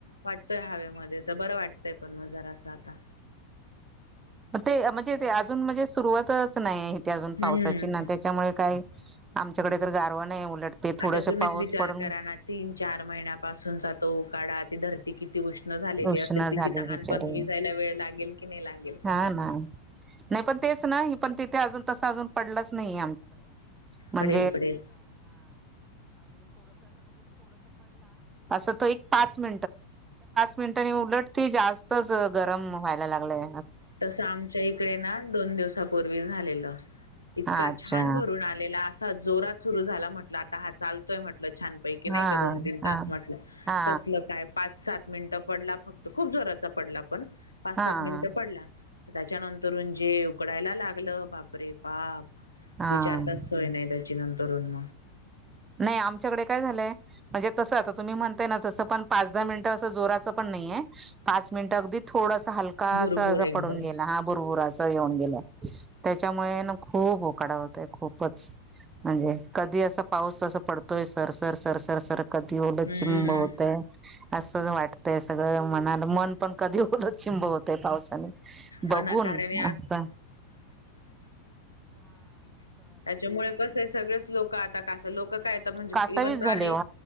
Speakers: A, on the left; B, on the right.
A: वाटतोय हवेमध्ये तर बरं वाटतंय पण मजार अस आता
B: ते म्हणजे ते अजून म्हणजे सुरुवातच नाही आहे अजून
A: हम्म
B: पावसाची ना त्याच्यामुळे काही आमच्याकडे तर गारवा नाही उलट ते थोडस
A: आता तुम्हीच
B: पाऊस
A: विचार
B: पडून
A: करा ना तीन चार महिन्यापासूनचा तो उकाडा ती धरती किती त उष्ण झालेली
B: उष्ण
A: असेल तिची
B: झाली
A: तहान
B: बिचारी
A: पण विजायला वेळ लागेल कि नाही लागेल
B: हा ना नाही पण तेच ना ह पण तिथे अजून प आ म्हणण म्हण
A: पडेल पडेल.
B: च मि मिनटनी उलट जास्तच गरम व्हायला लागलय
A: तसं आमच्या इकडे ना दोन दिवसापूर्वी झालेलं इतका
B: अच्छा
A: छान भरून आलेला असा जोरात सुरू झाला म्हटलं आता हा चालतोय म्हटलं छानपैकी
B: हा
A: नाही का दोन तीन तास
B: हा
A: म्हटलं
B: हा
A: कसलं काय पाच सात मिनिटं पडला फक्त खूप जोराचा पडला पण पाच
B: हा
A: सात मिनिटं पडला त्याच्यानंतरून जे उकडायला लागलं बापरे बाप
B: हा
A: विचारताचतोय नाही त्याची नंतरुन
B: नाही आमच्याकडे काय झालंय म्हणजे तस आता तुम्ही म्हणताय ना तसं पण पाच दहा मिनिटं असं जोराचं पण नाहीे पाच मिनट अगदी थोड हलका
A: भुरभुर
B: अस अस
A: एकदम
B: पडून गेला हा बुरबुर येऊन गेल्या त्याच्यामुळे ना खूप उकडा होतय खूपच म्हणजे कधी असं पाऊस अस पडतोय sir sir sir sir sir कधी ओल
A: हम्म
B: चिंब होतय असं वाट सगळं म मन पण कधी उलक्षिं बवत आहे पावसाने
A: हो
B: बघून
A: ना कारण
B: अस
A: त्यामुळे कस सग लोक आो काय म्हणजे
B: कासावीस
A: इव्हन प्राणी
B: झाले हो